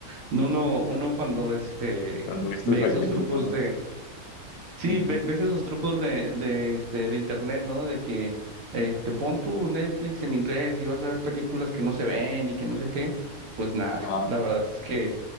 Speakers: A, on the right; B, on the left.
A: No, uno, uno cuando este,
B: Cuando estoy
A: ve
B: sacrificando.
A: esos trucos Sí,
B: Ujú.
A: ve- ves esos trucos de, de, este, de internet, ¿no? De que este, pon tu Netflix en inglés y vas a ver películas que no se ven y que no sé qué. Pues nada,
B: Ajá.
A: la verdad es que